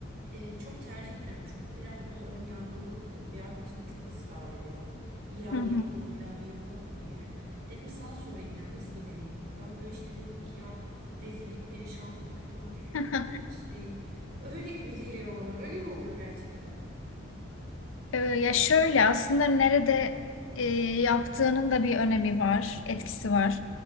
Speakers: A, on the right (about 50°); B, on the left (about 75°).
A: E, çok tercih etmiyorum. Çok biraz böyle ön yargılı bakıyorum. Bir arkadaşım da çok ısrar ediyor. İlla
B: Hı hı.
A: bir yapalım, illa bir yapalım diye. Dedim sana sorayım yani nasıl bir deneyim olur? Ben böyle işte diyorum ki ya rezillik, perişanlık, toz
B: <laughs>
A: işte öyle gibi geliyor bana. Öyle mi oluyor gerçekten?
B: Ee, Ya şöyle aslında nerede e, yaptığının da bir önemi var, etkisi var.